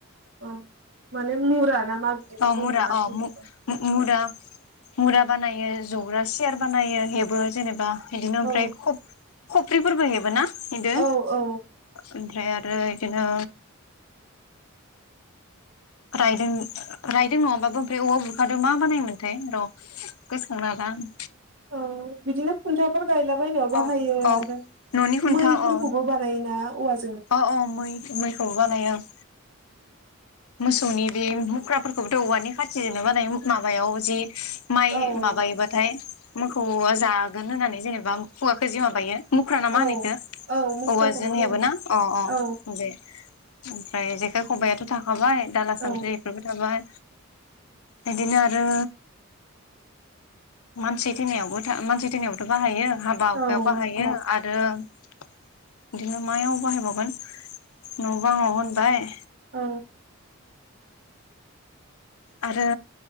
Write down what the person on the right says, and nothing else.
औ माने मुरा ना मा बिदिबो
बुङो
नामा
<unintelligible>
औ
औ औ
औ बिदिनो खुन्थाफोर गायला बनायाव
बाहायो
आरो
मै फोरखौबो
बानायोना औवा जों
औ
औ
औ
औ मुख्राखौनो
बुङो
औ
औ
औ
औ।